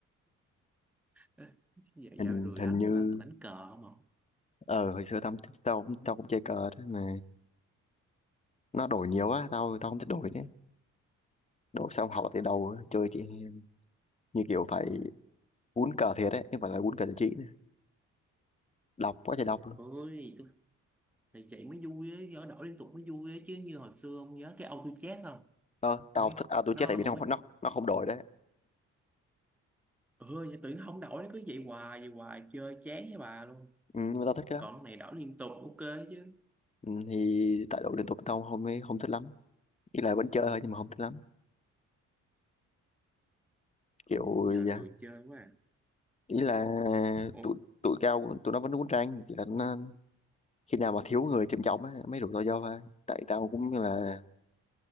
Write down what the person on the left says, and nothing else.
hình
hình
như
ờ hồi xưa tao tao tao cũng chơi cờ đó mà nó đổi nhiều quá tao tao không thích đổi nữa đổi xong học từ đầu chơi chị như kiểu phải quýnh cờ thiệt đấy nhưng mà là quýnh cờ giải trí nữa. đọc quá trời đọc luôn
Ờ, tao
thích à, tôi
chết tại vì
nó
không nó nó không đổi đấy
ừ, nhưng mà tao thích cái
đó
ừ, thì tại đổi liên tục tao không không thích lắm ý là vẫn chơi thôi nhưng mà không thích lắm kiểu
dạ,
ý là
tụi tụi cao tụi nó vẫn uống trang chỉ là nó, khi nào mà thiếu người trầm trọng á mới rủ tao vô thôi tại tao cũng như là